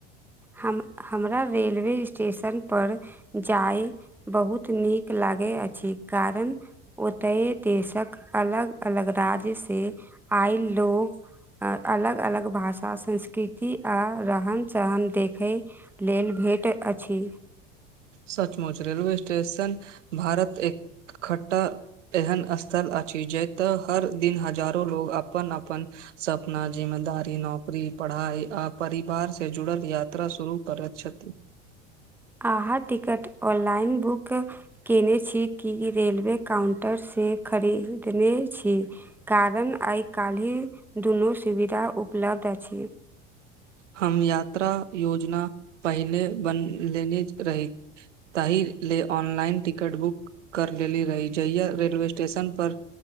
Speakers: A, in the centre; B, on the right (about 75°).
A: हम हमरा रेलवे स्टेशन पर जाइ बहुत नीक लागै अछि कारण ओतय देशक अलग अलग राज्य से आय लोग अलग अलग भाषा संस्कृर्ति आ रहन सहन देखय लेल भेट अछि
B: सचमुच रेलवे स्टेशन भारत इकट्ठा एहन स्थल अछि जतऽ हर दिन हजारो लोग अपन अपन सपना जिम्मेदारी नौकरी पढ़ाई आ परिवार से जुड़ल यात्रा शुरू करैत छथि
A: आहाँ टिकट ऑनलाइन बुक केने छी कि रेलवे काउंटर से खरीदने छी कारण आइ कलेह दुनू सुविधा उपलब्ध अछि
B: हम यात्रा योजना पहिले बन लेने रही तहि ले ऑनलाइन टिकट बुक कर लेली रही जहिया रेलवे स्टेशन पर